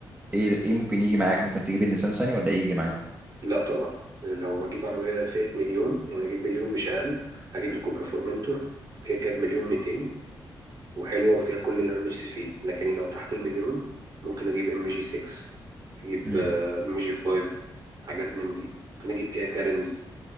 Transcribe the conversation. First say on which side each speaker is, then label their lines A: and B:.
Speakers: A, on the right (about 20°); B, on the right (about 55°).
A: ايه ايه ممكن يجي معاك ممكن تجيب النيسان صني ولا ايه يجي معاك
B: لا طبعا لو هجيب عربيه فئه مليون يعني هجيب مليون مش اقل هجيب الكوبرا فورمنتور كده كده بمليون 200 وحلوة وفيها كل اللي أنا نفسي فيه لكن لو تحت المليون ممكن أجيب ام جي 6 أجيب
A: مم.
B: ام جي 5 حاجات من دي ممكن أجيب كيا كارينز